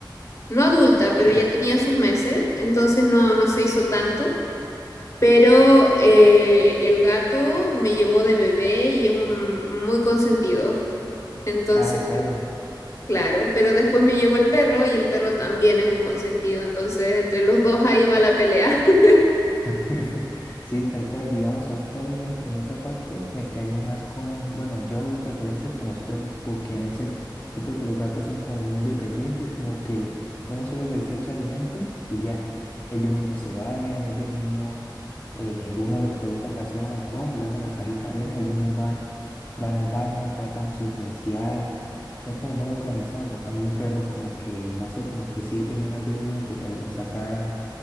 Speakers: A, on the left (about 35°); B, on the left (about 20°).
A: no adulta, pero
B: sí.
A: ya tenía sus meses, entonces no, no se hizo tanto. Pero eh, el gato me llegó de bebé y es un muy consentido. Entonces,
B: Ah, claro,
A: claro, pero después me llegó el perro y el perro también es un consentido. Entonces, entre los dos ahí va la pelea. <laughs>
B: <laughs> Sí, tal cual, digamos, a mí también en, en esa parte me quedaría más con, bueno, yo de preferencia con los perros, porque no sé, siento que los gatos son como muy independientes, como que uno solo les echa alimento y ya, ellos mismos se bañan, ellos mismos, eh, uno les coloca la zona adecuada, digamos, la cajita de arena, ellos mismos van, van al baño, tapan sus necesidades, son como muy organizados, a cambio un perro como que, no sé, como que sí depende más de uno que para irlo a sacar. a